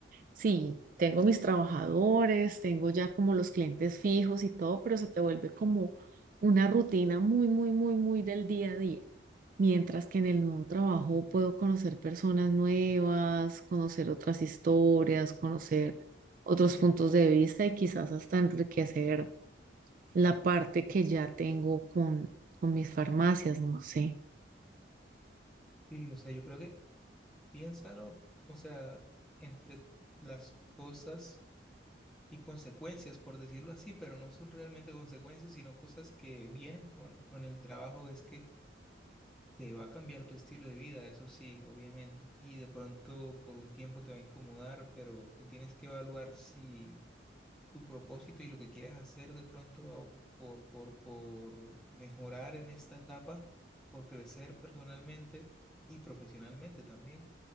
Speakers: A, on the right (about 45°); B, in the centre.
A: sí, tengo mis trabajadores, tengo ya como los clientes fijos y todo, pero se te vuelve como una rutina muy, muy, muy, muy del día a día. Mientras que en el nuevo trabajo puedo conocer personas nuevas, conocer otras historias, conocer otros puntos de vista y quizás hasta enriquecer la parte que ya tengo con, con mis farmacias, no sé.
B: Sí, o sea, yo creo que Piénsalo, o sea, entre las cosas y consecuencias, por decirlo así, pero no son realmente consecuencias, sino cosas que vienen con, con el trabajo, es que te va a cambiar tu estilo de vida, eso sí, obviamente, y de pronto por un tiempo te va a incomodar, pero tú tienes que evaluar si tu propósito y lo que quieres hacer de pronto a- por, por, por mejorar en esta etapa, por crecer personalmente y profesionalmente también